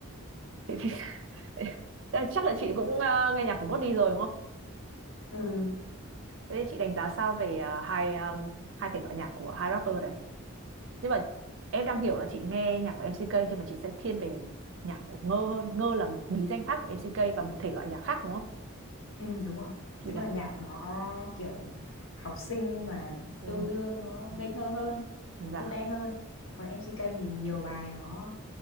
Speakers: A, on the right (about 60°); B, on the left (about 65°).
A: chị thì <laughs> thế là chắc là chị cũng ờ, nghe nhạc của Gót đi rồi đúng không
B: ừ
A: thế thì chị đánh giá sao về ờ, hai um, hai thể loại nhạc của hai rapper đấy nhưng mà em đang hiểu là chị nghe nhạc của MCK nhưng mà chị sẽ thiên về nhạc của Ngơ hơn Ngơ là một bí danh khác của MCK và một thể loại nhạc khác đúng không
B: Ừ đúng rồi.
A: thì
B: Tức
A: là
B: là nhạc nó kiểu học sinh mà
A: ừ,
B: yêu đương nó
A: Ừ.
B: ngây thơ hơn,
A: dạ
B: cute hơn. Còn MCK thì nhiều bài nó